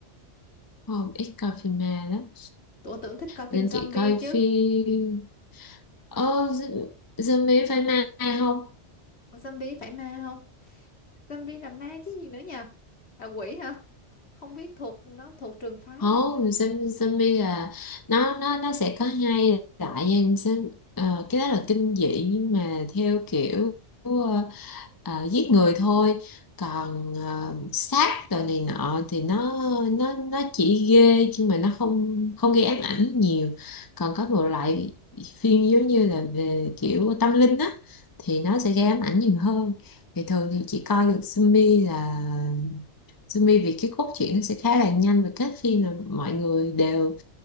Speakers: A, on the left; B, on the left.
A: không ít coi phim ma lắm
B: Tụi tưởng thích coi phim
A: nên
B: zombie
A: chị coi
B: chứ.
A: phim Ờ, z- zombie phải mai không?
B: Ủa, zombie phải ma không? Zombie là ma chứ gì nữa nhờ? Là quỷ hả? Không biết thuộc nó thuộc trường phái
A: Không,
B: nào nữa.
A: zom- zombie là nó nó nó sẽ có hai loại nha. Zo- ờ, cái đó là kinh dị nhưng mà theo kiểu ờ, ờ, giết người thôi. Còn ờ, sát đồ này nọ thì nó nó nó chỉ ghê chứ mà nó không không gây ám ảnh nhiều. Còn có một loại phim giống như là về kiểu tâm linh á thì nó sẽ gây ám ảnh nhiều hơn. Thì thường thì chỉ coi được zombie là zombie vì cái cốt truyện nó sẽ khá là nhanh và kết phim là mọi người đều